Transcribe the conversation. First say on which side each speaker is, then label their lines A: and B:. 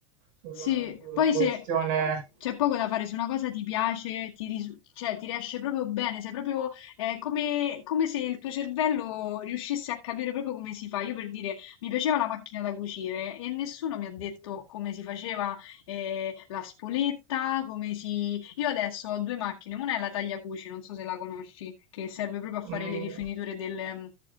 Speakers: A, on the right; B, on the left.
A: sulla,
B: Sì,
A: sulla
B: poi
A: questione
B: se c'è poco da fare, se una cosa ti piace, ti, risu- cioè, ti riesce proprio bene, sei proprio eh, come, come se il tuo cervello riuscisse a capire proprio come si fa. Io per dire, mi piaceva la macchina da cucire e nessuno mi ha detto come si faceva eh, la spoletta, come si... Io adesso ho due macchine, una è la tagliacuci, non so se la conosci, che serve proprio a
A: mm,
B: fare le rifiniture del-